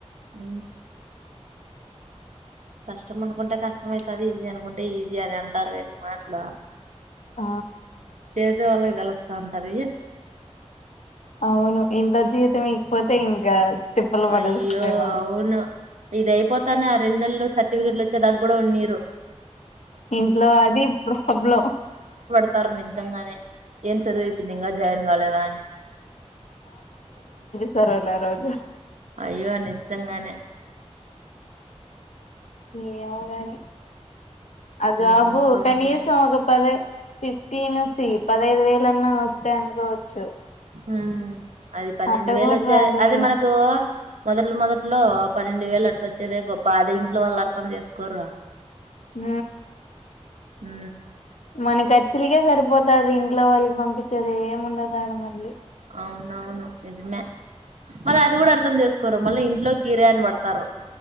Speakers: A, on the right; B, on the left.
A: హ కష్టం అనుకుంటే కష్టమ అవుతుంది ఈజీ అనుకుంటే ఈజీ అని అంటారు కది మాట్లా
B: ఆ
A: మే వాళ్ళకి తెలుస్తా ఉంటది
B: అవును ఇంత జీవితం ఇకపోతే ఇంకా తిప్పలు పడాల్సిందే
A: అయ్యో
B: మనం
A: అవును ఇదయిపోతానే ఆ రెండు నెలలు సరి టిఫికెట్లు వచ్చే తగ్గ కూడా ఉన్నీయరు
B: ఇంట్లో అది పబ్ లో
A: స్తారు నిజంగానే ఏం చదివు అయిపోయిందింగా జాయిన్ కాలేదా ఇంగ అని
B: సరాల రోజు
A: అయ్యో నిజంగానే
B: ఏమోగాని అ జాబు
A: ఏమో పాపంలే
B: కనీసం ఒక పదయ్ ఫిఫ్టీన్ సి పదహైదు వేల అన్నా వస్తాయి అనుకోవచ్చు
A: ఆ అది పన్నెండు
B: అట్ట
A: వేలు
B: కూడా
A: వచ్చాయి
B: రాదే
A: అది మనకు మొదట్లు మొదట్లో పన్నెండు వేలు అట్ల వచ్చేదే గొప్ప అదే ఇంట్లో వాళ్ళు అర్థం చేసుకోరు గా
B: హ
A: హ
B: మన ఖర్చులకే సరిపోతది ఇంట్లో వాళ్ళకి పంపించేది ఏమి ఉండదు మళ్ళీ
A: అవునవును నిజమే మళ్ళ అది కూడా అర్థం చేసుకోరు మళ్ళీ ఇంట్లోకి కిరాయాన్ పడతారు